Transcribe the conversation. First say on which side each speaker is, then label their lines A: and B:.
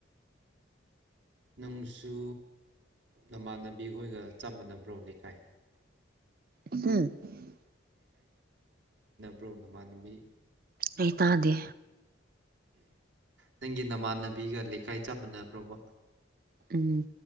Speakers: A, on the right; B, on the right.
A: ꯅꯪꯁꯨ ꯃꯃꯥꯟꯅꯕꯤ ꯈꯈꯣꯏꯒ ꯆꯞ ꯃꯥꯟꯅꯕ꯭ꯔꯣ ꯂꯩꯀꯥꯏ
B: ꯎꯝ
A: ꯕ꯭ꯔꯣꯅ ꯃꯥꯟꯕꯤ
B: ꯑꯩ ꯇꯗꯦ
A: ꯅꯪꯒꯤ ꯅꯃꯥꯟꯅꯕꯤꯒ ꯂꯩꯀꯥꯏ ꯆꯞ ꯃꯥꯟꯟꯅꯕ꯭ꯔꯕ
B: ꯎꯝ